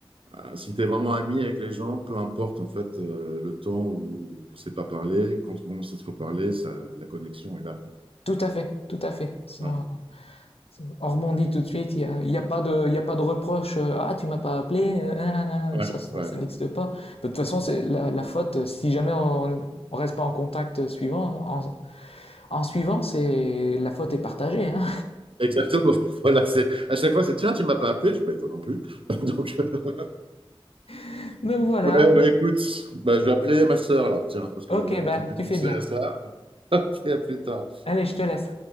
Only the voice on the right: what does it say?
Euh, si tu es vraiment ami avec les gens, peu importe en fait euh, le temps où on ne s'est pas parlé, quand on commence à se reparler, ça, la connexion est là.
Ouais,
ouais,
ouais.
Exactement. <laughs> Voilà, c'est, à chaque fois, c'est tiens, tu m'as pas appelé, je peux toi non plus. <laughs> Donc, euh,
ouais, bah, écoute, bah, je vais appeler ma sœur là, tiens, parce que
tu me fais
penser
à ça. <laughs> Ok, à plus tard.